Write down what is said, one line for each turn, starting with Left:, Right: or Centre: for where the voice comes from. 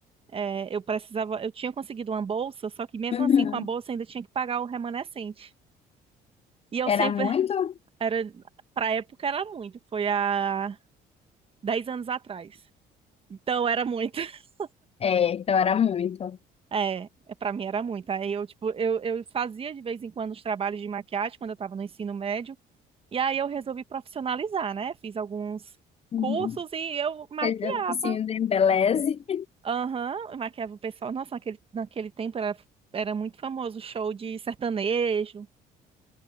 Right: É, eu precisava, eu tinha conseguido uma bolsa, só que mesmo
Left: Uhum.
Right: assim, com a bolsa, ainda tinha que pagar o remanescente. E eu
Left: Era
Right: sempre,
Left: muito?
Right: <laughs> era, pra época era muito, foi há 10 anos atrás. Então era muito. <laughs>
Left: É, então era muito.
Right: É, é, pra mim era muito. Aí eu, tipo, eu, eu fazia de vez em quando os trabalhos de maquiagem quando eu tava no ensino médio. E aí eu resolvi profissionalizar, né? Fiz alguns
Left: Uhum.
Right: cursos e eu maquiava.
Left: Quer dizer, o focinho do embeleze.
Right: Aham, eu maquiava o pessoal. Nossa, naquele, naquele tempo era, era muito famoso o show de sertanejo. O